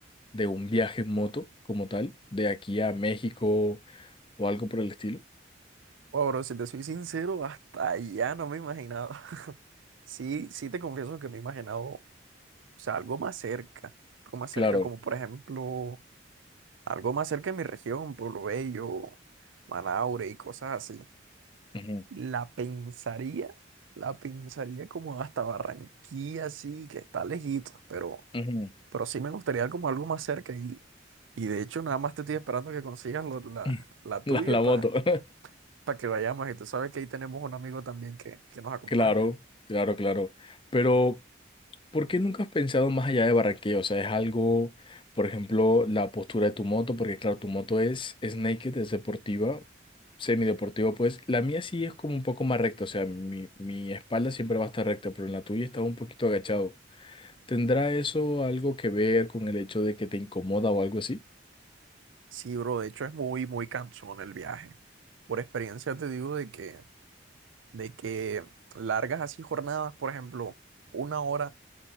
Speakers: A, on the left; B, on the right.
A: de un viaje en moto como tal, de aquí a México o algo por el estilo?
B: Oh, bro, si te soy sincero, hasta allá no me he imaginado. <laughs> Sí, sí te confieso que me he imaginado, o sea, algo más cerca, algo más
A: Claro.
B: cerca, como por ejemplo Algo más cerca de mi región, Pueblo Bello, Manaure y cosas así.
A: Ujú,
B: La pensaría, la pensaría como hasta Barranquilla, sí, que está lejito, pero,
A: ujú.
B: pero sí me gustaría como algo más cerca. Y, y de hecho, nada más te estoy esperando que consigas lo- la,
A: <laughs>
B: la
A: La,
B: tuya
A: la
B: para
A: moto. <laughs>
B: que vayamos. Y tú sabes que ahí tenemos un amigo también que, que nos acompaña.
A: Claro, claro, claro. Pero, ¿por qué nunca has pensado más allá de Barranquilla? O sea, es algo, por ejemplo, la postura de tu moto, porque claro, tu moto es, es naked, es deportiva, semideportiva, pues la mía sí es como un poco más recta, o sea, mi, mi espalda siempre va a estar recta, pero en la tuya está un poquito agachado. ¿Tendrá eso algo que ver con el hecho de que te incomoda o algo así?
B: Sí, bro, de hecho es muy, muy cansón el viaje. Por experiencia te digo de que, de que largas así jornadas, por ejemplo, una hora